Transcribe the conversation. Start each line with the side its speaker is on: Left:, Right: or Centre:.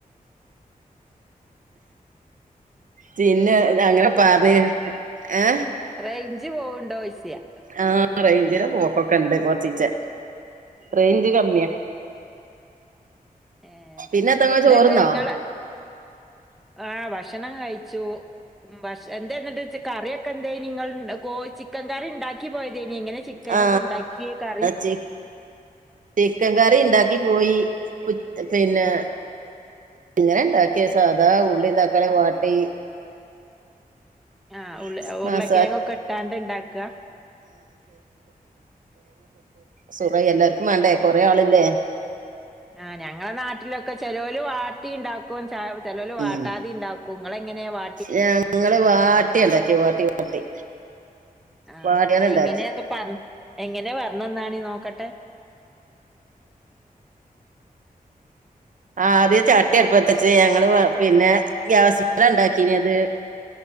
Right: പിന്നെ അങ്ങനെ പറഞ്ഞ് ഏഹ്
Centre: റേയ്ഞ്ച് പോവണ്ടോ ചോയ്ച്ചത്
Right: ആഹ് റേഞ്ചില് പോക്കൊക്കെ ഇണ്ട് കൊറച്ചീച്ചെ റേഞ്ച് കമ്മിയാ
Centre: ഏഹ്
Right: പിന്നെ എത്തങ്ങ
Centre: എന്നിട്ട്
Right: ചോറ്ന്നോ
Centre: നിങ്ങള് ആഹ് ഭക്ഷണം കയിച്ചു ഭക്ഷ എന്തേ എന്നിട്ട് കറി ഒക്കെ എന്തെ നിങ്ങൾ കോ ചിക്കൻ കറി ഉണ്ടാക്കി പോയതേന് എങ്ങനെ ചി ക്കനൊക്കെ
Right: ആ ആ
Centre: ഒണ്ടാക്കിയെ കറി
Right: ചി ചിക്കൻ കറി ഇണ്ടാക്കി പോയി പിന്നെ ഇങ്ങനെ ഇണ്ടാക്കിയെ സാധാ ഉള്ളിയും തക്കാളിയും വാട്ടി
Centre: ആഹ് ഉള്ള
Right: <unintelligible>
Centre: ഉരുളക്കിഴങ്ങൊക്കെ
Right: ആഹ് <unintelligible>
Centre: ഇട്ടാണ്ട് ഇണ്ടാക്കാ?
Right: സുറെ എല്ലാർക്കും മാണ്ടേ കൊറെ ആളില്ലേ
Centre: ആഹ് ഞങ്ങളെ നാട്ടിലൊക്കെ ചെലോല് വാട്ടി ഉണ്ടാക്കും ച ചെലോല് വാട്ടാതെ
Right: ഉം
Centre: ഉണ്ടാക്കും കും ങ്ങളെ ങ്ങനെ വാ
Right: ഞങ്ങള് വാട്യ ണ്ടാക്യെ. വാട്ടി വാട്ടി..
Centre: ആഹ്
Right: വാട്ടിയാണ്ട്
Centre: അത്
Right: ഇണ്ടാക്കി
Centre: എങ്ങനെ പർ എങ്ങനെയന്ന് പറഞ്ഞ ന്നാണീ നോക്കട്ടെ..
Right: ആദ്യം ചട്ടി അടുപ്പത്തച്ച് ഞങ്ങള് പിന്നെ ഗ്യാസ്സ് മ്മല ഉണ്ടാക്കീനത്..